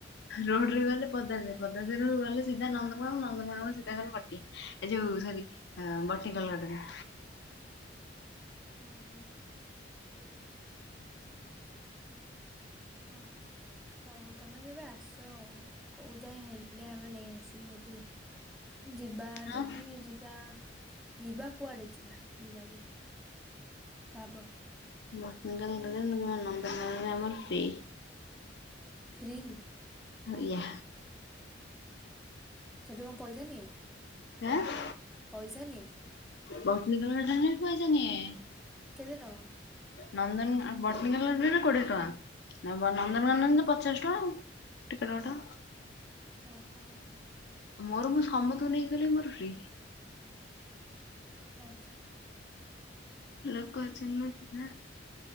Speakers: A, on the left; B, in the centre.
A: ରୋଡରେ ଆମ କଲେଜ ରୁ ନାକ ସିଧା ରୋଡ ରେ ଗଲେ ପଦା ରେ ଯାଇ ପଦା ରୁ ଗଲେ ସିଧା ନନ୍ଦନ କାନନ ନନ୍ଦନ କାନନ ରୁ ସିଧା ଗଲେ ବଟି ଏ ଯୋଉ ସରି ଆଁ ବଟନିକାଲ ଗାର୍ଡେନ।
B: ହୁଁ ହୁଁ। ଓ ହଉ ତମେ କେବେ ଆସ ଆଉ କୋଉ ଯାଏ ହେଲେ ଆମେ ନେଇ ଆସିବୁ ଯଦି। ଯିବା ଯଦି
A: ଆଁ
B: ଯିବା। ଯିବା କୁଆଡେ ଯିବା ଯିବା ଯଦି ଭାବ।
A: ବଟଙ୍ଗ ନନ୍ଦ ଆମର ଫ୍ରି
B: ଫ୍ରୀ
A: ା
B: ସେଠି କ' ଣ ପଇସା ନିଏ?
A: ଆଁ
B: ପଇସା ନିଏ
A: ବସ ନିଗ ପଇସାନିଏ।
B: କେଦ ର
A: ନନ୍ଦନ ବଟନିକାଲ ଗାଡ଼ନରେ କୋଡ଼ିଏ ଟଙ୍କା ନନ୍ଦନନ୍ଦନ
B: ହଁ
A: ପଚାଶ ଟିକଟଗୋ ଟା
B: ଓ ହୋ
A: ମୋର ମୁଁ ସମତୁ ନେଇଇଗଲେ ମୋର ଫି
B: ଆଚ୍ଛା ଆଚ୍ଛା,
A: ଲୋକ ଅଛନ୍ତି ନା